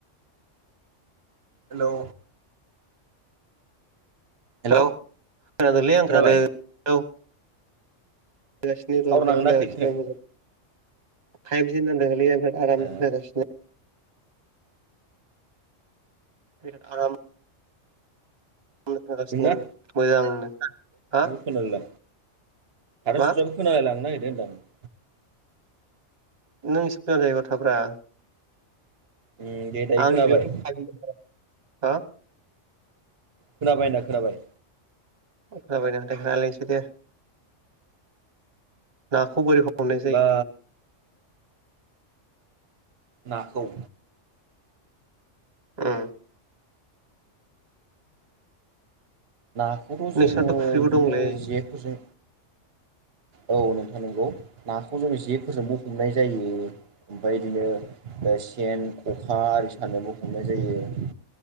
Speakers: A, on the right (about 55°); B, on the right (about 35°).
A: हेलौ। हेलौ
B: हेल' खोनादोंलै आं
A: खोनाबाय
B: खोनादों औ। खोगासिनो र'निफ्राय
A: थावर नांदों
B: खोनागासिनों
A: ना नाङाखै खोनाखै
B: मोजां फाइभज होन न दलैया बिराद आरामनो
A: ए
B: खोनागासिनो आराम। थांगासिनो
A: नोंना
B: आङो मोजांनो हा
A: खोनायला हार
B: मा
A: सुराबो खोनालाय लांनो नागिरदों होनदां आं
B: नों सकु जायगायाव थाब्रा।
A: उम दे। दायो
B: आंनि
A: खोनाबाय
B: बेयावथ' <unintelligible>
A: खोनाबाय ना खोनाबाय।
B: खोनाबायना नोंथां? रायलायनोसै दे। नाखौ बोरै हमनाय जायों
A: बा नाखौ
B: उम।
A: नाखौथ' जोङो
B: नोंसिनाथ' फुख्रिबो
A: बिदिनो
B: दंलै
A: जेफोरजों औ नोंथां नोंगौ नाखौ जोङो जेफोरजोंबो हमनाय जायो ओमफ्राय बिदिनो ओ सेन, ख'खा आरि सानोबो हमनाय जायो।